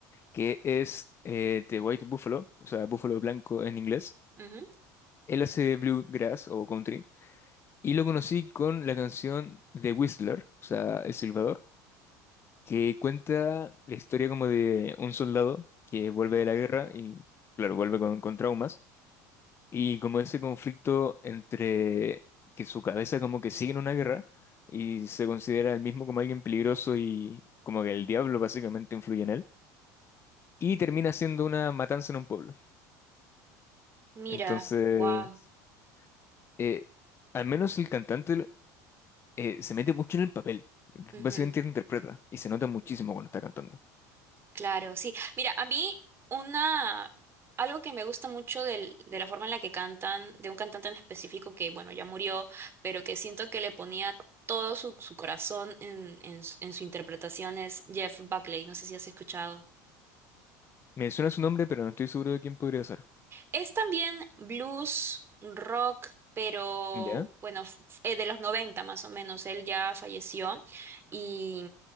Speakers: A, on the left (about 30°); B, on the right (about 30°).
A: que es eh, The White Buffalo, o sea, Búfalo Blanco en inglés.
B: ujú.
A: Él hace bluegrass o country y lo conocí con la canción The Whistler, o sea, El Silbador que cuenta la historia como de un soldado que vuelve de la guerra y, claro, vuelve con, con traumas, y como ese conflicto entre que su cabeza como que sigue en una guerra y se considera el mismo como alguien peligroso y como que el diablo básicamente influye en él, y termina siendo una matanza en un pueblo.
B: mira.
A: Entonces,
B: Wow.
A: eh, al menos el cantante eh, se mete mucho en el papel.
B: Ujú,
A: Básicamente lo interpreta y se nota muchísimo cuando está cantando.
B: claro, sí. Mira, a mí una algo que me gusta mucho del- de la forma en la que cantan, de un cantante en específico que, bueno, ya murió, pero que siento que le ponía todo su, su corazón en, en, su en su interpretación es Jeff Buckley. No sé si has escuchado.
A: Me suena su nombre, pero no estoy seguro de quién podría ser.
B: Es también blues, rock, pero
A: ¿Ya?
B: bueno, f- eh, de los 90 más o menos. Él ya falleció y